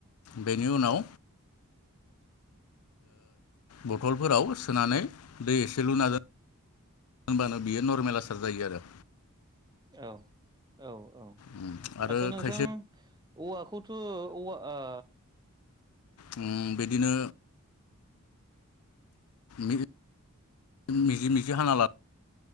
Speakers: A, on the left (about 85°); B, on the right (about 20°).
A: बेनि उनाव बथलफोराव सोनानै दै एसे लुना दोन होनबानो बियो नरमेल आसार जायो आरो।
B: औ औ। औ
A: उम आरो
B: आचसा नोंथां
A: खायसे
B: औवाखौथ औवा ओ
A: ओम बिदिनो मिजि मिजि मिजि हाना ला